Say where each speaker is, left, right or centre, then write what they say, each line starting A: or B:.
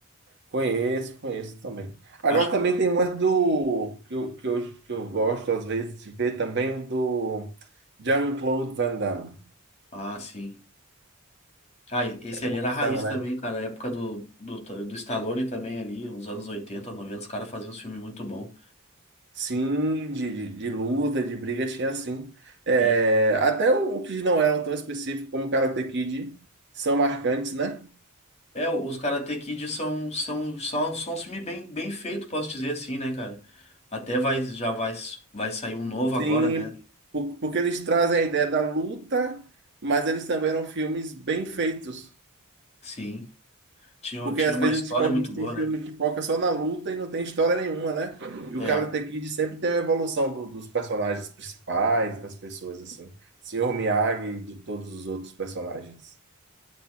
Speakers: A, on the right (about 55°); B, on the left (about 30°).
A: Conheço, conheço também. Agora
B: Acho...
A: também tem umas do que eu, que eu, que eu gosto às vezes de ver também o do Jean-Claude Van Damme.
B: Ah, sim. Ah, e- esse ali
A: Opção,
B: era a raiz
A: né?
B: também, cara. A época do, do, do Stallone também ali, os anos oitenta 90 os caras faziam uns filmes muito bom.
A: Sim, de, de, de luta, de briga tinha sim. É,
B: É,
A: até o, o que não eram tão específicos como Karate Kid são marcantes, né?
B: é os Karate Kid são, são, são, são um filme bem, bem feito, posso dizer assim, né, cara? Até vai, já vai, vai sair um novo
A: Sim,
B: agora, né?
A: por- porque eles trazem a ideia da luta, mas eles também eram filmes bem feitos.
B: Sim. Tinha,
A: Porque
B: tinha
A: às
B: uma
A: vezes
B: história
A: tipo,
B: muito boa,
A: tem filme
B: né?
A: que foca só na luta e não tem história nenhuma, né? E
B: É.
A: o Karate Kid sempre tem a evolução do- dos personagens principais, das pessoas, assim. Senhor Miyagi e de todos os outros personagens.